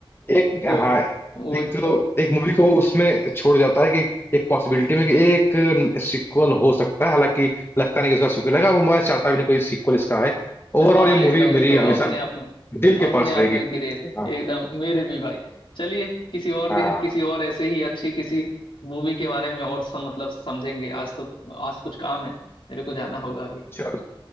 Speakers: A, on the left (about 25°); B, on the left (about 70°).
A: एक
B: तो
A: हाँ
B: वो
A: एक एक मूवी को उसमें छोड़ जाता है कि एक पॉसिबिलिटी में कि एक सीक्वल हो सकता है हालांकि लगता नहीं कि उसका सीक्वल है वो मैं चाहता भी नहीं कोई सीक्वल इसका है
B: हाँ
A: ओवरऑल ये
B: एकदम
A: मूवी
B: ये
A: मेरी
B: तो
A: हमेशा
B: अपने आप में
A: दिल के
B: अपने
A: पास
B: आप
A: रहेगी
B: में ग्रेट है
A: हाँ
B: एकदम मेरे भी भाई चलिए किसी और दिन
A: हाँ
B: किसी और ऐसे ही अच्छी किसी मूवी के बारे में और सम मतलब समझेंगे आज तो आज कुछ काम है मेरे को जाना होगा अभी
A: चलो